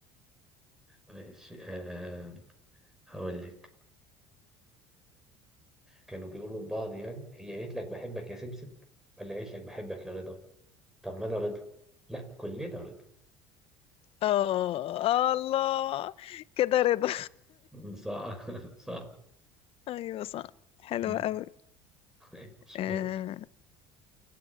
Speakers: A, in the centre; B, on the left.
A: ماشي آه هقول لك كانوا بيقولوا لبعض يعني هي قالت لك بحبك يا سبسب ولا قالت لك بحبك يا رضا طب ما انا رضا لا كلنا رضا
B: اه الله كده رضا
A: <laughs> صح صح
B: <laughs> ايوه صح حلوة
A: مم.
B: قوي
A: مش
B: آه
A: بقول